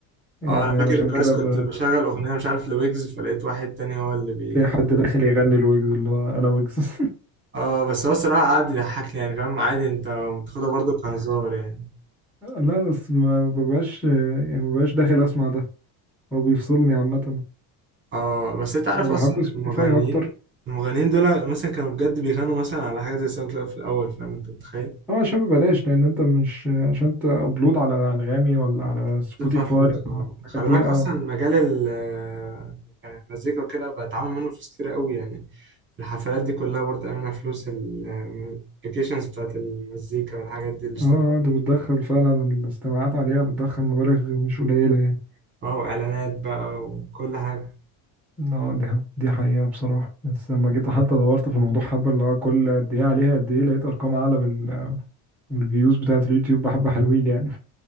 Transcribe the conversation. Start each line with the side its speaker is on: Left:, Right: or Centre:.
Centre: يعني
Right: اه انا فاكر
Centre: علشان كده
Right: كويس كنت
Centre: ب...
Right: بشغل اغنيه مش عارف لويجز فلقيت واحد تاني هو اللي بي
Centre: تلاقي حد داخل يغني الويجز اللي هو أنا ويجز <laughs>
Right: اه بس هو الصراحه قعد يضحكني يعني فاهم عادي انت بتاخدها برضه كهزار يعني
Centre: لا بس ما ببقاش يعني ما ببقاش داخل أسمع ده هو بيفصلني عامة
Right: اه بس انت عارف
Centre: أنا بحب
Right: اصلا
Centre: سبوتيفاي
Right: المغنيين
Centre: أكتر
Right: المغنيين دول مثلا كانوا بجد بيغنوا مثلا على حاجه زي ساوند كلاود في الاول فاهم انت متخيل
Centre: أه عشان ببلاش لأن أنت مش عشان تأبلود على أنغامي ولا على سبوتيفاي
Right: تدفع فلوس آه.
Centre: الحاجات
Right: خلي
Centre: دي
Right: بالك اصلا
Centre: أه
Right: مجال ال آه، يعني المزيكا وكده بقى اتعامل منه فلوس كتير قوي يعني الحفلات دي كلها برضه منها فلوس الابلكيشنز بتاعت المزيكا والحاجات دي اللي اشتغل
Centre: أه أنت بتدخل فعلا الاستماعات عليها بتدخل مبالغ مش قليلة يعني
Right: اه واعلانات بقى وكل حاجه
Centre: اه دي دي حقيقة بصراحة بس لما جيت حتى دورت في الموضوع حبة اللي هو كل قد ايه عليها قد ايه لقيت ارقام اعلى من ال- من الفيوز بتاعة اليوتيوب بحبة حلوين يعني